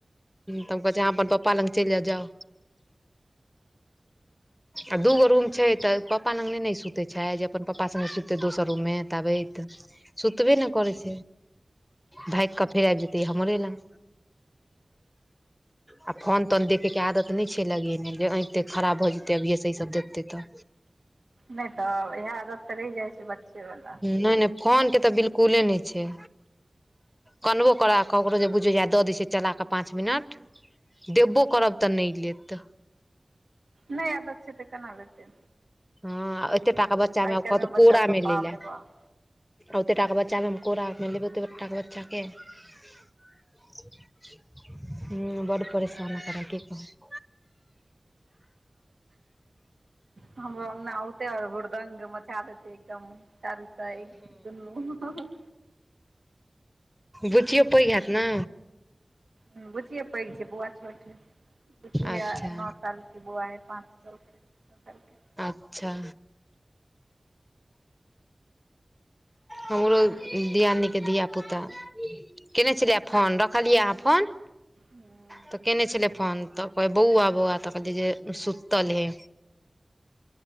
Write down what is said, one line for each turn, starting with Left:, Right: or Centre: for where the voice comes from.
Centre: तब कहै छीयै, तब कहै छीयै अहाँ अपन पप्पा लग चलि जाउ- जाउ। आ दूगो रूम छै तऽ पापा लग नहि ने ई सु तै छैइ जे अपन प पप्पा संगे सुते दोसर रूम मे ताबैत सुतबे ने करे छै भागि क फेर आबि जेते हमरे लंग और फोन तोन देख। के आदत नहि छै, लगेनेइ जे अंख- तैंख खराब भऽ जेतै अभिएसे ई सभ देखतै तऽ।
Right: नहि तऽ इएह आदत तऽ रहि जाइ छै, बच्चे वला
Centre: नहि नहि फोन के तऽ बिल्कुले नहि छै। कनबो करा ककरो जे बुझै ह दऽ दैय छियै चला कऽ पाँच मिनट। देबो करब तऽ नहि लेत।
Right: नै आदत छै, तऽ कना लेते।
Centre: हाॅं एतेटाके बच्चा में
Right: काल्हिमे
Centre: कहत
Right: बच्चा
Centre: कोड़ामे
Right: सब बाप
Centre: लै ले।
Right: रे बाप
Centre: ओतेटाके बच्चाके हम कोड़ा मे लेबै ओतेकटाके बच्चाके। हूॅं, बड़ परेशान करा की कहू।
Right: हमरो अंगना औते और हुर्द्ंग मचा देते एकदम। चारू साइड दुनू।
Centre: बुचियो पैघ हैत ने।
Right: हाॅं बुचिए पैघ छै, बौआ छोठ है। बुचि है
Centre: अच्छा
Right: नौ के साल के बौआ है, पाँच साल के छओ सालके।
Centre: अच्छा!
Right: ह
Centre: हमरो दियादनीके धियापुता केयने छलियै, फोन रखलियै अहाँ फोन।
Right: हूँ
Centre: तऽ केने छलै फोन तऽ कह बौआ-बौआ तऽ कहलिये जे सुतल हे।